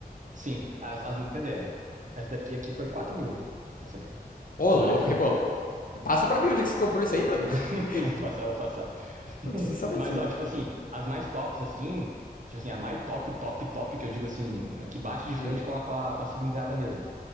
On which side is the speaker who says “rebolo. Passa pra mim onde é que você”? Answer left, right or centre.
Left